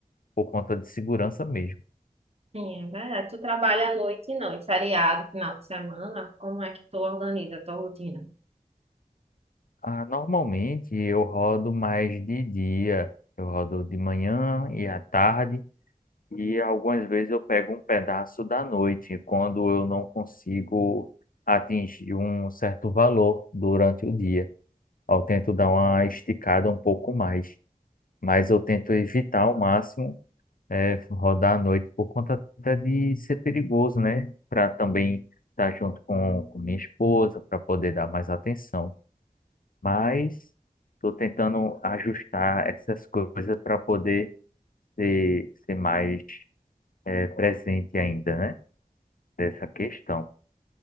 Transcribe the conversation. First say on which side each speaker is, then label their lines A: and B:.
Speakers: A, on the left; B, on the right.
A: Por conta de segurança mesmo.
B: Sim, é verdade. Tu trabalha à noite, não, e feriado, final de semana, como é que tu organiza a tua rotina?
A: Ah, normalmente eu rodo mais de dia, eu rodo de manhã e à tarde, e algumas vezes eu pego um pedaço da noite, quando eu não consigo atingir um certo valor durante o dia. Eu tento dar uma esticada um pouco mais, mas eu tento evitar ao máximo é, rodar à noite, por conta até de ser perigoso, né? Para também estar junto com, com minha esposa, para poder dar mais atenção. Mas estou tentando ajustar essas coisas para poder ser, ser mais é, presente ainda, né? Dessa questão.